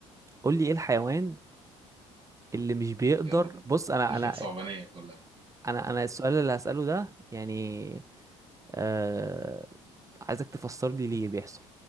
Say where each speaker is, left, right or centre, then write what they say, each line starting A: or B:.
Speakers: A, on the right; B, on the right.
A: قول لي ايه الحيوان اللي مش بيقدر
B: يلا بينا
A: بص انا
B: دولتك
A: انا
B: صعبانية كلها
A: انا انا السؤال اللي هسأله ده يعني آه عايزك تفسر لي ليه بيحصل